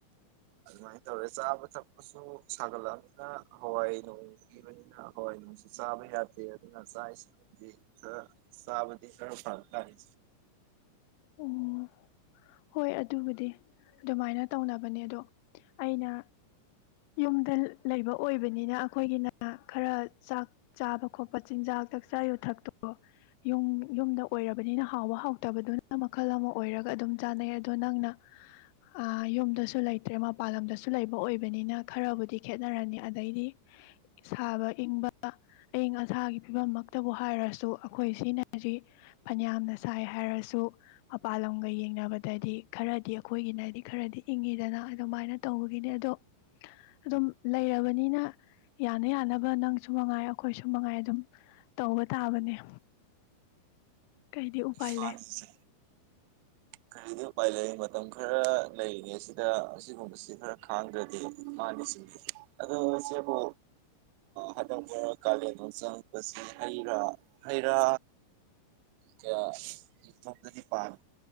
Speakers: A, on the right (about 45°); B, on the left (about 45°).
A: ꯑꯗꯨꯃꯥꯏꯅ ꯇꯧꯔꯦ ꯆꯥꯕ ꯊꯛꯄꯁꯨ ꯁꯥꯒꯠꯂꯛꯑꯅꯤꯅ ꯍꯋꯥꯏ ꯅꯣꯡ ꯄꯤꯕꯅꯤꯅ ꯍꯋꯥꯏ ꯅꯨꯡꯁꯤ ꯆꯥꯕꯥ ꯌꯥꯗꯦ ꯑꯗꯨꯅꯥ ꯆꯥꯛ ꯑꯦꯁꯤꯪꯁꯦ ꯈꯔꯥ ꯆꯥꯕꯥ ꯐꯕꯥꯖꯠꯅꯤ
B: ꯎꯝ ꯍꯣꯏ ꯑꯗꯨꯕꯨꯗꯤ ꯑꯗꯨꯃꯥꯏꯅ ꯇꯧꯅꯕꯅꯦ ꯑꯗꯣ ꯑꯩꯅ ꯌꯨꯝꯗ ꯂꯩꯕ ꯑꯣꯏꯕꯅꯤꯅ ꯑꯩꯈꯣꯏꯒꯤꯅ ꯈꯔ ꯆꯥꯛ ꯆꯥꯕ ꯈꯣꯠꯄ ꯆꯤꯟꯖꯥꯛ ꯆꯥꯛꯆꯥ ꯌꯨꯊꯛꯇꯣ ꯌꯨꯝ ꯌꯨꯝꯗ ꯑꯣꯏꯔꯕꯅꯤꯅ ꯍꯥꯎꯕ ꯍꯥꯎꯇꯕꯗꯨꯅ ꯃꯈꯜ ꯑꯃ ꯑꯣꯏꯔꯒ ꯑꯗꯨꯝ ꯆꯥꯟꯅꯩ ꯑꯗꯣ ꯅꯪꯅ ꯌꯨꯝꯗꯁꯨ ꯂꯩꯇ꯭ꯔꯦ ꯃꯄꯥꯟ ꯂꯝꯗꯁꯨ ꯂꯩꯕ ꯑꯣꯏꯕꯅꯤꯅ ꯈꯔꯕꯨꯗꯤ ꯈꯦꯠꯅꯔꯅꯤ ꯑꯗꯩꯗꯤ ꯁꯥꯕ ꯏꯪꯕ ꯑꯏꯪ ꯑꯁꯥꯒꯤ ꯐꯤꯕꯝꯃꯛꯇꯕꯨ ꯍꯥꯏꯔꯁꯨ ꯑꯩꯈꯣꯏ ꯁꯤꯅꯖꯤ ꯐꯅꯌꯥꯝꯅ ꯁꯥꯏ ꯍꯥꯏꯔꯁꯨ ꯃꯄꯥꯟ ꯂꯝꯒ ꯌꯦꯡꯅꯕ ꯗꯗꯤ ꯈꯔꯗꯤ ꯑꯩꯈꯣꯏꯒꯤꯅ ꯍꯥꯏꯗꯤ ꯈꯔꯗꯤ ꯏꯪꯉꯤꯗꯅ ꯑꯗꯨꯃꯥꯏꯅ ꯇꯧꯕꯒꯤꯅꯦ ꯑꯗꯣ ꯑꯗꯨꯝ ꯂꯩꯔꯕꯅꯤꯅ ꯌꯥꯅ ꯌꯥꯅꯕ ꯅꯪꯁꯨ ꯃꯉꯥꯏ ꯑꯩꯈꯣꯏꯁꯨ ꯃꯉꯥꯏ ꯑꯗꯨꯝ ꯇꯧꯕ ꯇꯥꯕꯅꯦ ꯀꯩꯗꯤ ꯎꯄꯥꯌ
A: ꯃꯥꯅꯤ
B: ꯂꯩ
A: ꯏꯆꯦ ꯀꯔꯤꯗꯤ ꯎꯄꯥꯏ ꯂꯩꯔꯤ ꯃꯇꯝ ꯈꯔ ꯂꯩꯔꯤꯉꯦ ꯁꯤꯗ ꯑꯁꯤꯒꯨꯝꯕꯁꯤ ꯈꯔ ꯈꯥꯡꯗ꯭ꯔꯗꯤ ꯃꯥꯗꯤ ꯆꯁ ꯑꯗꯣ ꯏꯆꯦꯕꯨ ꯍꯗꯛ ꯈꯔ ꯀꯥꯂꯦꯟꯗꯣ ꯆꯪꯉꯛꯄꯁꯤ ꯍꯩꯔꯥ ꯍꯩꯔꯥ <unintelligible> ꯍꯗꯤ ꯄꯥꯡ